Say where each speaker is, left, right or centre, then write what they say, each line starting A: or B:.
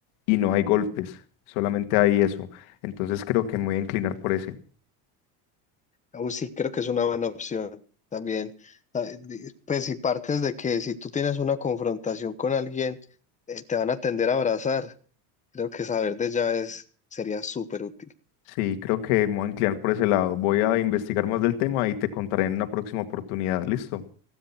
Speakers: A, on the left; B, on the left.
A: y no hay golpes, solamente hay eso. Entonces creo que me voy a inclinar por ese.
B: Uh, sí, creo que es una buena opción también. Ah, di- Pues si partes de que si tú tienes una confrontación con alguien, eh, te van a tender a abrazar. Creo que saber de llaves sería súper útil.
A: Sí, creo que me voy a inclinar por ese lado. Voy a investigar más del tema y te contaré en una próxima oportunidad. ¿Listo?